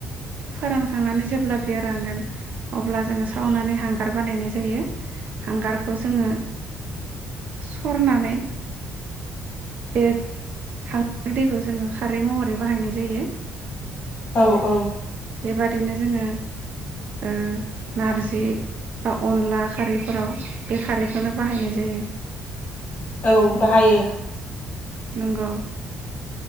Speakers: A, on the right; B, on the left.
A: फोरानखांनानै जेब्ला। बिय रानगोन अब्ला जोङो सावनानै हांगार बानायनाय जायो। हांगारखौ जोङो। सरनानै। बे थां। दैखौ। जोङो खारै महरै बाहायनाय जायो।
B: औ औ।
A: बेबादिनो जोङो ओ नारजि बा अनला खारैफोराव बे खारैखोनो बाहायनाय जायो।
B: औ बाहायो।
A: नोंगौ